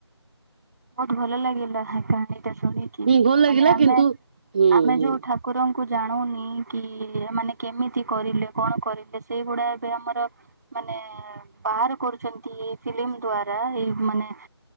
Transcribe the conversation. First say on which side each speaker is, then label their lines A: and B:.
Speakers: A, on the right (about 40°); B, on the right (about 20°).
A: ବହୁତ ଭଲଲାଗିଲା ସେ କାହାଣୀ। ଟା ଶୁଣିକି
B: ହୁଁ ଭଲ ଲାଗିଲା
A: ମାନେ ଆମେ
B: କିନ୍ତୁ ହୁଁ
A: <inaudible> ଆମେ
B: ହୁଁ
A: ଯୋଉ ଠାକୁରଙ୍କୁ କୁ ଜାଣୁନି କି ମାନେ କେମିତି କରିଲେ କଣ କରିଲେ ସେଇ ଗୁଡା ଏବେ ଆମର ମାନେ ବାହାର କରୁଛନ୍ତି। ଏଇ ଫିଲ୍ମ ଦ୍ଵାରା ଏଇ ମାନେ